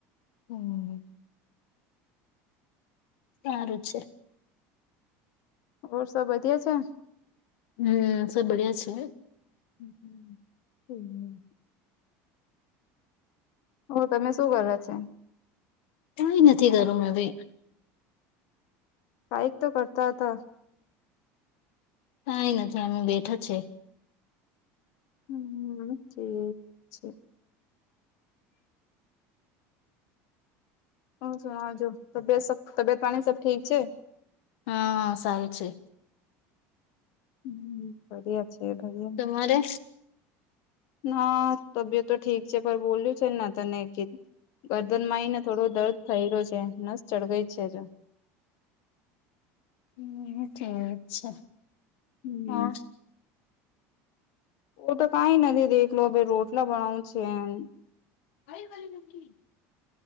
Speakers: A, on the left (about 75°); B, on the left (about 55°).
A: હમ સારું છે
B: ઓર સ વધધિયા છે
A: હમ સબ બળિયા છે
B: હ હમ હમ હ તમે શું કરો છે
A: કય નથી કરું મે ભી
B: કઈક તો કરતા હતા
A: કંઈ નથી એમે બેઠા જ છે
B: હમ ઠી છે હ શણ છું તબિયત સબ તબિયત પાણી સબ ઠીક છે
A: હાા સારું છે
B: હમ્મ બળિયા છે ભૈયા.
A: તમારે
B: ના તબિયત તો ઠીક છે પણ બોલ્યું છે ના તને કી. ગરદન માં આવી ને થોડો દર્દ થયેલો છે નસ ચળગઈ જ છે જો
A: હમ ઠીક છે
B: હમ
A: હ
B: ઓ તો કઈ નથી દેખલો ભાઈ રોટલા બનાવું છે એમ
A: કઈવા નલી